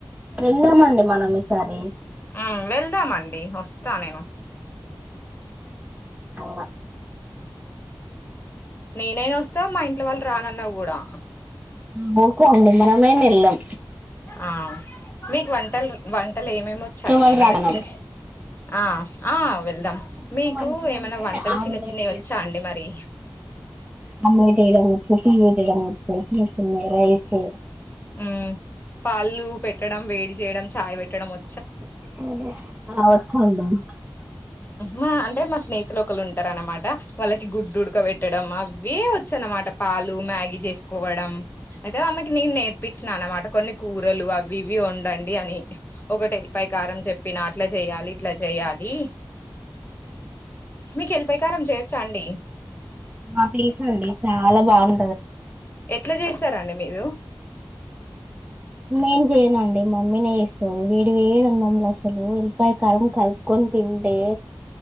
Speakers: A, on the right (about 15°); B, on the left (about 25°).
A: వెళ్దామండి మనం ఈసారి
B: మ్ వెళ్దామండి వస్తా నేను
A: ఆ
B: నేనే గస్తా మా ఇంట్లో వాళ్ళు రానన్నా కూడా
A: <unintelligible> మనమయినా ఎల్లం
B: ఆ మీకు వంటలు వన్ ట్టలు ఏమేమివచండి
A: ఇంట్లో వాళ్ళు
B: ఏమన్నా
A: రాగనం
B: చిన్న చిన్న ఆ ఆ వెల్ వెళ్దాం
A: చిన్న
B: మీకు
A: వంటలు
B: ఏమైనా
A: అంటే
B: వంటలు
A: ఆమ్లెట్
B: చిన్న చిన్నవి వచ్చా అండి మరి
A: <unintelligible> రాయేచ్చు
B: ఉమ్ పాళ్ళు పెట్టడం వేడి చేయడం చాయ్ పెట్టడం వ
A: <unintelligible>
B: మా అంటే మా స్నేహితులు ఒకళ్ళు ఉంటార అనమాట వాళ్ళకి గుద్దుడాకబెట్టడం అవే వచ్చు అన్నమాట పాలు మ్యాగీ చేసుకోవడం అయితే ఆమ్మకి నేను నేర్పించినా అనమాట కొన్ని కూరలు అవి ఇవి వండండి అని ఒకటి ఎల్పయా కారం చెప్పిన అట్లా చేయాలి ఇట్లా చేయాలి మీకు ఎల్లిపాయ కారం చేయొచ్చా అండి
A: మాకు తెలుసండి చాలా బాగు
B: ఎట్లా చేస్తారండి మీరు
A: నేను చెయనండి మమ్మీ నే చేస్తది వేడి వేడీ అన్నం అసలు ఉల్లిపాయ కారం కలుపుకొని తింటే